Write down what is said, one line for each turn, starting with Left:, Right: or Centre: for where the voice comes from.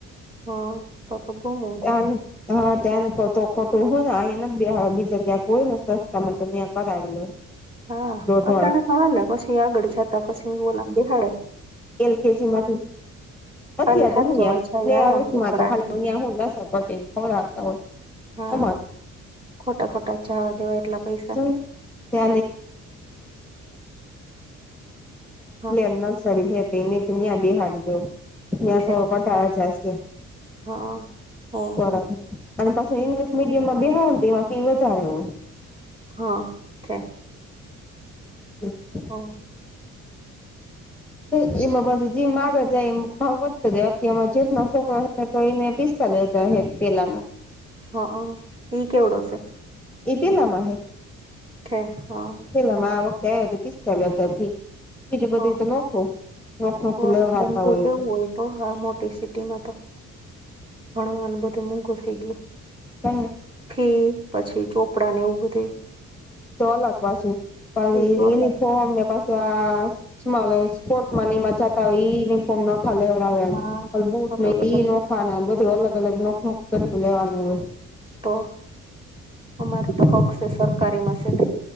Right: હા. આ તો બહુ મેઘ
Centre: <unintelligible> હા ત્યાંને કો તો ખોટૂ હોયને અહીયા નથ બીજા ક્યાંક હોય ને સસ્તામાં તો ત્યાં કરાવી લે.
Right: હા
Centre: દોઢ
Right: અટાણ તો હાલે પછી આગળ જતા પછી ઓલાં બિહાડાય.
Centre: એલ કેજી માંથી
Right: ખાલી
Centre: નથી
Right: હાચવવા
Centre: તો હું
Right: જાય
Centre: પ્લે હાઉસ
Right: હા એકડા
Centre: માં તો ખાલી
Right: ને
Centre: અ હું નબ <unintelligible> પટે
Right: હા
Centre: <unintelligible>
Right: ખોટા ખોટા જાવા દેવા એટલા પૈસા
Centre: <unintelligible> પરતલે
Right: હા
Centre: એના સળખ હતીને તમે બેહાડી દો. ત્યાં
Right: છે
Centre: થોડો ઘટાળ જશે
Right: હા ઓ
Centre: બરાબર. અને પછી ઇંગ્લિશ મીડિમમાં બેહાડી દેવા ની ફી વધારે હોય.
Right: હા થે.
Centre: <inaudible>
Right: હા.
Centre: તો એમાં પછી જેમ મા આગળ જાય એ ભાવ વધતો જાય અતયમાં જેટ છોકરો તો એને ફીસ ચલે ચાહે પેલા ના.
Right: હા હા એ કેવડો છે.
Centre: એ ટી એમ નામાં હૈ.
Right: થે હા.
Centre: પેલો માં આ વખતે આવ્યો હતો પીસચાલિયા કરથી. બીજું બધી
Right: હા
Centre: તો નખો નખ ન
Right: તો
Centre: ખુલેવ
Right: મોંઘું
Centre: લતા હોય
Right: કેવું
Centre: તો.
Right: તો આ મોટી સિટીમાં તો ભણવાનું બધું મોઘું થઈ ગયું.
Centre: તેમ
Right: હમ્મ પછી ચોપડા ને એવું બધે
Centre: તો અલગ પાછું પણ
Right: તો અલગ
Centre: યુનિફોર્મને પાછ ત્યાં સ્માને સ્પોર્ટમાંની માં જાતા હોય ઇનિફોર્મ ન ખાલે પણ
Right: હા
Centre: બુટ
Right: અલગ
Centre: ને
Right: અલગ
Centre: ઈ નખા બધું અલગ અલગ નખ નખ કરી લેવાનું હવે.
Right: તો અમારે તો હક છે સરકારી મશીન.